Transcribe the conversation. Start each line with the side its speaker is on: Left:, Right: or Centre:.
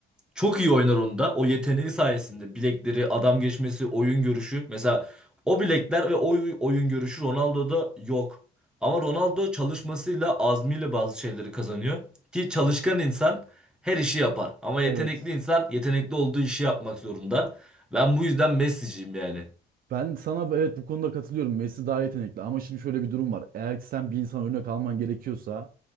Centre: Çok iyi oynar onda. O yeteneği sayesinde bilekleri, adam geçmesi, oyun görüşü. Mesela o bilekler ve oy- oyun görüşü Ronaldo'da yok. Ama Ronaldo çalışmasıyla, azmiyle bazı şeyleri kazanıyor. Ki çalışkan insan her işi yapar. Ama
Right: Evet.
Centre: yetenekli insan yetenekli olduğu işi yapmak zorunda. Ben bu yüzden Messi'ciyim yani.
Right: Ben sana evet bu konuda katılıyorum. Messi daha yetenekli ama şimdi şöyle bir durum var. Eğer ki sen bir insan örnek alman gerekiyorsa